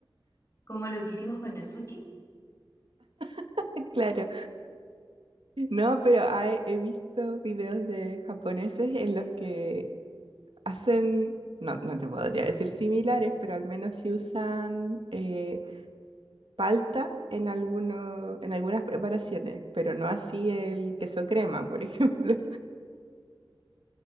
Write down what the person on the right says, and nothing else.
<laughs> Claro. No, pero hay- he visto videos de japoneses en los que hacen, no, no te podría decir similares, pero al menos sí usan eh, palta en alguno, en algunas preparaciones, pero no así el queso crema, por <laughs> ejemplo.